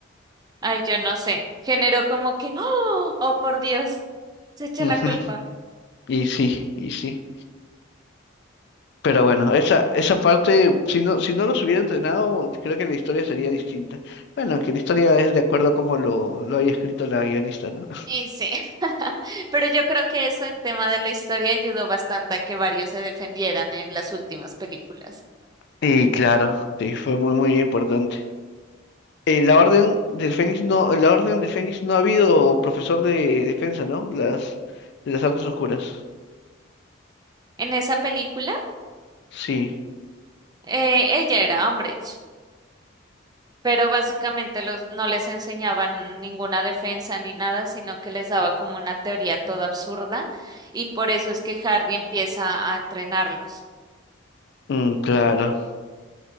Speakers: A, on the right; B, on the left.
A: Ay, yo no sé. Generó como que. ¡Oh! ¡Oh, por Dios! Se echa
B: Ujú,
A: la culpa.
B: Y sí, y sí. Pero bueno, esa, esa parte, si no, si no los hubiera entrenado, creo que la historia sería distinta. Bueno, aunque la historia es de acuerdo a cómo lo, lo haya escrito la guionista, ¿no?
A: Y sí. <laughs> Pero yo creo que eso en tema de la historia ayudó bastante a que varios se defendieran en las últimas películas.
B: Y claro, sí, fue muy, muy importante. En la Orden del Fénix no, en la Orden del Fénix no ha habido profesor de defensa, ¿no? Las, de las artes oscuras.
A: En esa película,
B: Sí,
A: eh, ella era Umbridge, pero básicamente los, no les enseñaban ninguna defensa ni nada, sino que les daba como una teoría toda absurda y por eso es que Harry empieza a entrenarlos.
B: mm, claro,